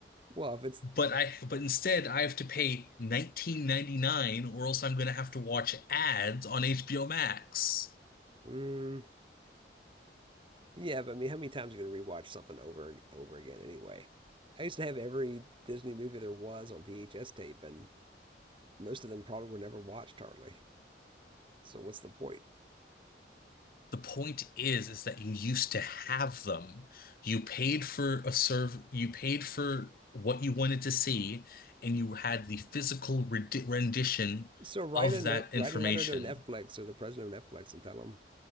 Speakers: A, on the right; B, on the left.
A: Well, if it's,
B: But I but instead I have to pay 19.99 or else I'm going to have to watch ads on HBO Max.
A: mm, yeah, but I mean, how many times are you gonna rewatch something over and over again anyway? I used to have every Disney movie there was on VHS tape, and most of them probably were never watched hardly. So what's the point?
B: The point is is that you used to have them. You paid for a serve, you paid for what you wanted to see, and you had the physical rendi- rendition
A: So write
B: of
A: a note,
B: that
A: write
B: information.
A: a letter to Netflix or the president of Netflix, and tell them